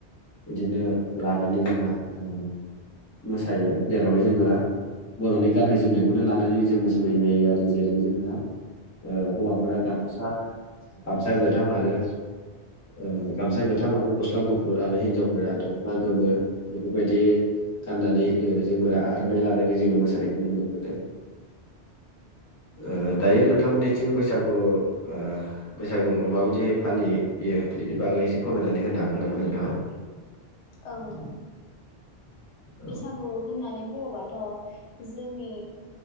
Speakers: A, on the left (about 20°); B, on the left (about 85°).
A: बिदिनो लानानै जोंहा ओ मोसायो जेरावहाय जोङो बर'नि गाननाय जोमनायखौनो लानानै जों मोसानाय जायो आरो जेरै जोंहा ओ हौवाफोरा गामसा गामसा गोथ थां आरो ओ गामसा गोथां आरो गस्ला गुफुर आरो हिन्जावफोरा दख'ना गोमो बेफोरबायदि गाननानै ओ जोमग्रा आर'नाइ लानायानानै जोङो मोसानायखौ नुनो मोनो। ओ दायो नोंथांमोननिथिं बैसागु ओ बैसागुखौ माबायदि फालियो बेनि बागै एसे फोरमायनानै होनो हागोन नामा नोंथाङा?
B: औ औ
A: औ
B: बैसागु होननानै बुङोबाथ'। जोंनि